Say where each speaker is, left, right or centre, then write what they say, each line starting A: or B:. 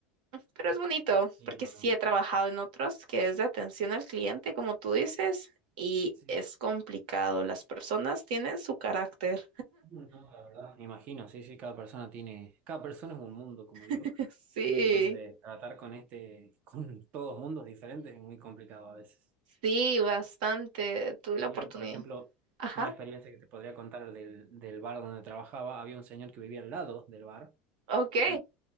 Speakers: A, on the right; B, on the right.
A: pero es bonito,
B: Sí,
A: porque
B: no,
A: sí
B: no.
A: he trabajado en otros que es de atención al cliente, como tú dices. Y
B: Sí,
A: es complicado, las personas tienen su carácter.
B: no, no, la verdad. Me imagino, sí, sí, cada persona tiene, cada persona es un mundo, como digo.
A: <laughs> Sí,
B: Entonces, tratar con este, con todos mundos diferentes es muy complicado a veces.
A: sí, bastante. Tuve la
B: Y
A: oportunidad.
B: yo, por ejemplo,
A: Ajá,
B: una experiencia que te podría contar del, del bar donde trabajaba, había un señor que vivía al lado del bar
A: ok.
B: y,